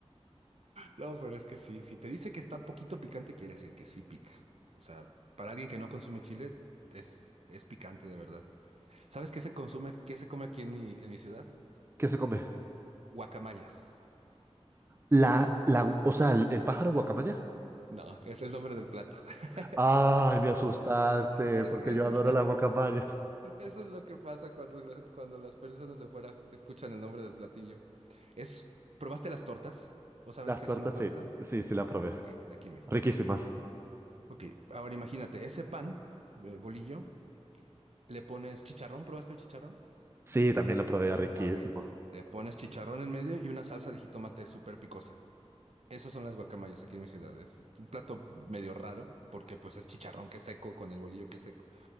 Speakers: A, on the right; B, on the right.
A: No, pero es que sí, si te dice que está poquito picante, quiere decir que sí pica. O sea, para alguien que no consume chile, es, es picante de verdad. ¿Sabes qué se consume, qué se come aquí en mi, en mi ciudad?
B: ¿Qué se come?
A: Guacamayas.
B: La, la, gu- o sea, el, el pájaro guacamaya.
A: No, es el nombre del plato. <laughs>
B: Ay, me asustaste,
A: Es,
B: porque
A: esa
B: yo adoro
A: es la,
B: las guacamayas.
A: Eso es lo que pasa cuando, la- cuando las personas de fuera escuchan el nombre del platillo. Es, ¿probaste las tortas? ¿O sabes
B: Las
A: qué
B: tortas,
A: es una torta?
B: sí. Sí, sí la probé.
A: Ok, de aquí en México.
B: Riquísimas.
A: Ok, ok. Ahora imagínate, ese pan, eh, bolillo, le pones chicharrón. ¿Probaste el chicharrón?
B: Sí, también la probé, riquísimo.
A: Ah, ok. Le pones chicharrón en medio y una salsa de jitomate súper picosa. Esas son las guacamayas aquí en mi ciudad. Es un plato medio raro porque pues es chicharrón que es seco con el bolillo que es seco.